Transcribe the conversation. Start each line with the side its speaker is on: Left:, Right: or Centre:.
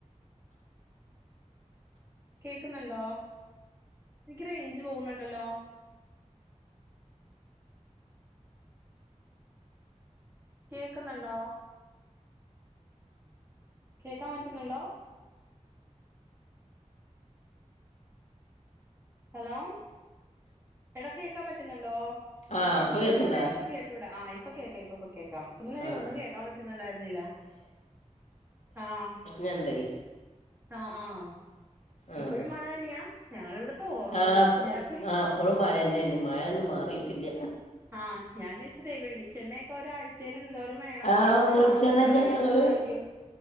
Right: കേക്കുന്നുണ്ടോ എനിക്ക് റേഞ്ച് പോകുന്നുണ്ടല്ലോ കേൾക്കുന്നുണ്ടോ കേക്കാൻ പറ്റുന്നുണ്ടോ ഹലോ എട കേക്കാൻ പറ്റുന്നുണ്ടോ
Left: ആ
Right: എനിക്ക്
Left: ഇപ്പൊ
Right: ഇങ്ങോട്
Left: കേക്കണ്ടാ
Right: പറയണ ഒന്നും കേട്ടൂട ആ ഇപ്പൊ കേൾക്കാം ഇപ്പ ഇപ്പൊ കേൾക്കാം അത്ര നേരം
Left: ആ
Right: ഒന്നും കേൾക്കാൻ പറ്റുന്നുണ്ടായിരുന്നില്ല ആഹ
Left: ഞാണ്ടായി
Right: ആഹ് ആഹ
Left: ആ
Right: ഇപ്പഴും മഴ തന്നെയാ ഞങ്ങളുടെ ഇവിടത്തെ ഓർന്നു
Left: ആ പ-
Right: ഞാനപ്പ
Left: ആ അപ്പോഴും മഴ തന്നെയാണ് മഴയൊന്നും മാറിയിട്ടില്ല
Right: ആഹ് ഞാൻ ചോദിച്ചതത് വെളിച്ചെണ്ണ ഒരാഴ്ചയിൽ എന്തോരം വേണം
Left: ആ
Right: ഒരു
Left: വെളിച്ചെണ്ണ
Right: മാസം എന്തോര
Left: വെച്ചാൽ
Right: വളിച്ചെണ്ണ
Left: ഞങ്ങൾ
Right: വാങ്ങിക്കോ